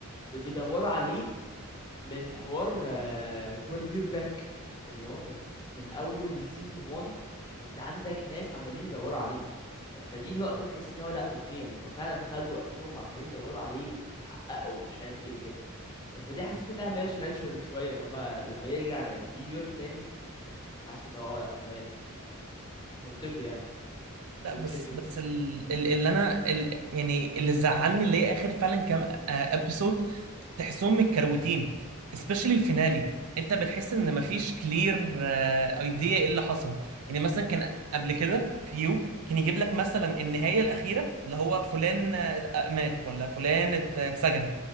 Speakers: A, on the left; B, on the right.
A: دول بيدوروا عليه من حوار آه جوانيفير باك اللي هو من من اول سيزون 1 وانت عندك ناس عمالين يدوروا عليه ف- فدي لقطه تحس ان هو لا اوكي يعني هم فعلا خدوا وقتهم وعمالين يدوروا عليه وحققوا مش عارف ايه وكده ف- فدي حسيت انها ماشي ناتشرال شويه ان هم لما يرجع على نيويورك تاني حسوا ان هو آه، لا تمام منطقي يعني
B: لا بس
A: انت شايف ايه
B: بس ال- ال- اللي انا ال- يعني اللي زعلني اللي هي اخر فعلا كام ابيسود تحسهم متكروتين especially الفينالي انت بتحس ان مفيش كلير ايديا ايه اللي حصل يعني مثلا كان قبل كده فيو كان يجيب لك مثلا النهايه الاخيره اللي هو فلان آه، مات ولا فلان ات- اتسجن